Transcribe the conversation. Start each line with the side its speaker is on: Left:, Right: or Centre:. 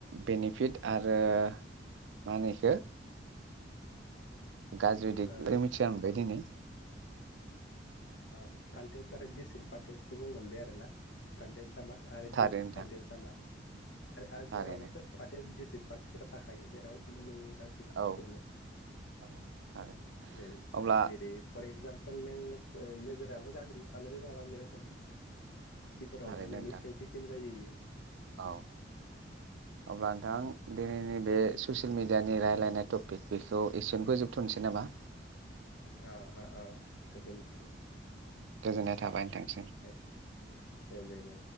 Right: बेनिफिट आरो मा मा होनो इखो? गाज्रि दिदनिफ्राय
Left: ओ
Right: मिथिना मोनबाय दिनै।
Left: आ‌ कनटेन्ज आरो दिसेन पाटेनसखौ जों मोनबाय आरो ना कनटेन्ज सामा आरो
Right: थारैनो
Left: दिसि
Right: नोंथां
Left: फान्देन सामा आरो
Right: थारैनो
Left: जेरावबोथ'। भानर्टेन्स डिस्रिट पार्टेन्स ज थाखाखायो जेरावबो नों गासैबो बुस्थुआवनो।
Right: औ औ। थारैनो
Left: जेरै
Right: अब्ला
Left: जेरै। फर एगजामपोल नों नोगोराबो गाज्रि थानो रोङाबा एनु रखम। सिटिफोरावबो
Right: थारैनो
Left: नोंनि
Right: नोंथां
Left: सायाव दिडपेन्ड जायो बेयो।
Right: औ। अब्ला दिनैनि बे ससियेल मिडियानि रायज्लायनाय बेखौ एक्सनखौजोबथ'नोसै नामा।
Left: ओ ओ गोजोनथों।
Right: गोजोननाय थाबाय नोंथांसिम।
Left: दे दे दे।